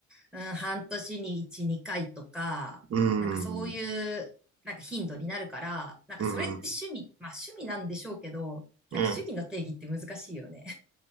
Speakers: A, in the centre; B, on the right.
A: うん、半年に1、2回とか、
B: うん。
A: なんかそういうなんか頻度になるから、なんかそれって趣味、
B: うん。
A: まあ趣味なんでしょうけど、
B: うん。
A: なんか趣味の定義って難しいよね。